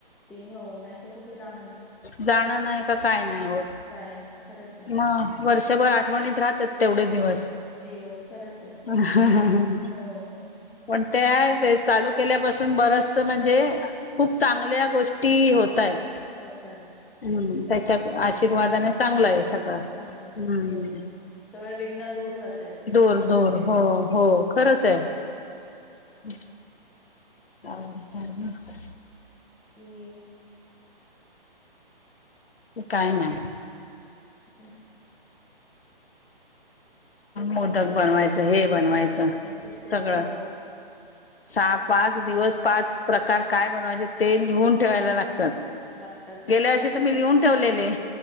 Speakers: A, in the centre; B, on the left (about 75°).
A: ते हो, नाही तर कुठे जाणार.
B: जाण नाही का. काय नाही होत.
A: काय नाही. खरंच आहे.
B: हा, वर्षभर आठवणीत राहतात तेवढे दिवस.
A: दिवस खरंच आहे.
B: हं हं हं
A: हो.
B: पणं ते हांय
A: हो.
B: चालूं केल्यांपासून बरंस म्हणजे खूंप चांगल्या गोष्टी होतं आहेतं.
A: होतांयेतं.
B: हम्मं त्यांच्या आशीर्वादाने चांगलं
A: आशीर्वाद
B: आहे सगळं.
A: चांगलं सगळं.
B: हम्मं.
A: हो. सगळे विघ्न दूर जातायत. एक,
B: दूंर
A: एक, एक,
B: दूंर
A: एक, एक.
B: हो हो खरंच आहे. हां
A: मी.
B: कायं नांय.
A: हं
B: मोदक बनवायचं हे बनवायचं
A: मग तसं
B: सगळं.
A: ते हो
B: सहा पांच दिवसं पांच प्रकांर कायं बणवायचे ते लिहूंन ठेवायला लागतांत.
A: लागतात ना
B: गेल्यां
A: हा
B: वर्षी तरं
A: ते
B: मी लिहूंन ठेवलेले.